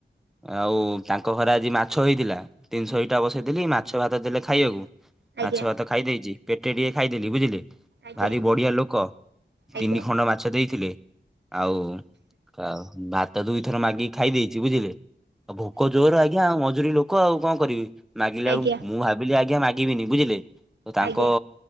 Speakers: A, in the centre; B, on the right (about 70°).
A: ଆଉ, ତାଙ୍କ ଘରେ ଆଜି ମାଛ ହେଇଥିଲା। ତିନିଶହଟା ବସେଇଦେଲି ମା ମାଛ ଭାତ ଦେଲେ ଖାଇଆକୁ,
B: ଆଜ୍ଞା
A: ମାଛ ଭାତ ଖାଇ ଦେଇଛି। ପେଟେ ଟିଏ ଖାଇଦେଲି, ବୁଝିଲେ!
B: ଆଜ୍ଞା
A: ଭାରି ବଢିଆ ଲୋକ।
B: ଆଜ୍ଞା
A: ତିନି ଖଣ୍ଡ ମାଛ ଦେଇଥିଲେ। ଆଉ ଆଉ, ଭାତ ଦୁଇଥର ମାଗିକି ଖାଇ ଦେଇଛି। ବୁଝିଲେ! ଆଉ, ଭୋକ ଜୋର, ଆଇ ଆଜ୍ଞା, ମଜୁରୀ ଲୋକ ଆଉ କଣ କରିବି? ମାଗିଲା
B: ଆଜ୍ଞା
A: କୁ ମୁଁ ଭାବିଲି ଆଜ୍ଞା, ମାଗିବିନି ବୁଝିଲେ! ତ ତାଙ୍କ
B: ଆଜ୍ଞା ଆଜ୍ଞା